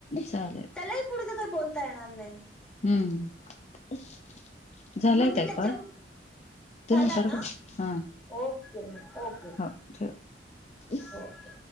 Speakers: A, on the left; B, in the centre.
A: चालेल
B: त्यालाही पुढच काही बोलता येणार नाही.
A: हम्म झालाय
B: म्हणजे
A: ताई
B: त्याच्या
A: कॉल, तुम्ही
B: झाला
A: करता?,
B: ना
A: हा
B: ओके मॅम, ओके
A: <unintelligible>
B: ओके.